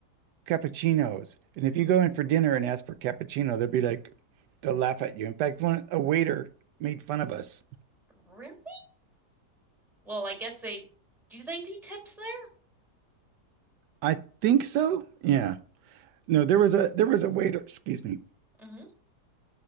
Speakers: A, on the right; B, in the centre.
A: cappuccinos, and if you go in for dinner and ask for cappuccino, they'll be like, they'll laugh at you. In fact, one a waiter made fun of us.
B: really? Well, I guess they do they do tips there?
A: I think so. Yeah. No, there was a there was a waiter. Excuse me.
B: Hmm.